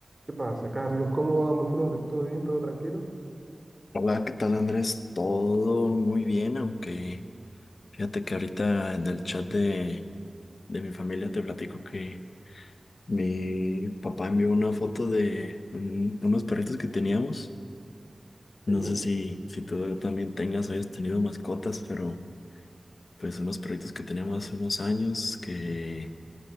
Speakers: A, on the right; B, on the left.
A: ¿Qué pasa, Carlos? ¿Cómo vamos, brother? ¿Todo bien? ¿Todo tranquilo?
B: Hola, ¿qué tal Andrés? Todo muy bien, aunque fíjate que ahorita en el chat de, de mi familia te platico que mi papá envió una foto de un- unos perritos que teníamos. No
A: Sí,
B: sé si, si tú también tengas o hayas tenido mascotas, pero pues unos perritos que teníamos hace unos años que